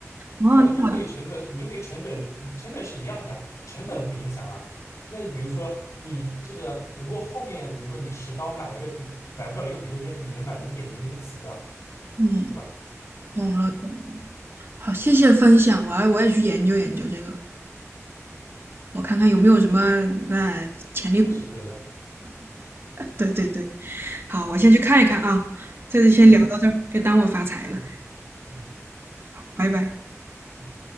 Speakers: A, on the right; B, on the left.
A: 哦，
B: 没有，你就可以成本，
A: 那
B: 你就可以成本，你成本是一样的呀，成本不影响啊。那你比如说，你这个只不过后面，比如说你十刀买一个比买不了一个比特币，但是你能买零点零零几个，
A: 嗯，
B: 对吧？
A: 懂了，好，谢谢分享，我要我也去研究研究这个。我看看有没有什么呃潜力股。
B: 值得的。
A: 对对对，好，我先去看一看啊。这次先聊到这儿，
B: 嗯
A: 别耽误我发财了，
B: 嗯嗯
A: 拜拜。
B: 嗯。